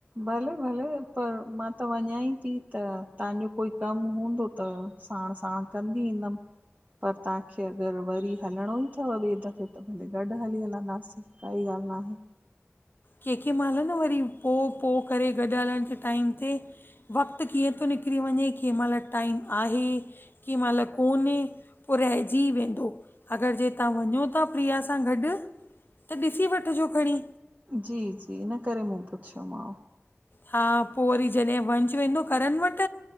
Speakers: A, on the right; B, on the left.
A: भले भले त मां त वञाई ती त तांजो कोई कमु हूंदो त साण साण कंंदी ईंदम। पर तांखे अगरि वरी हलणो ई थव ॿिए दफ़े त भले गॾु हली हलंदासीं काई ॻाल्हि न आहे।
B: कंहिं कंहिं महिल न वरी पो पो करे गॾु हलण जे टाइम ते वक़्तु कीअं थो निकिरी वञे कें महिल टाइम आहे कें महिल कोन्हे पो रहिजी वेंदो अगरि जे तां वञो था प्रिया सां गॾु त ॾिसी वठिजो खणी।
A: जी जी इन करे मूं पुछियोमांव।
B: हा पो वरी जॾहिं वंश वेंदो करन वट।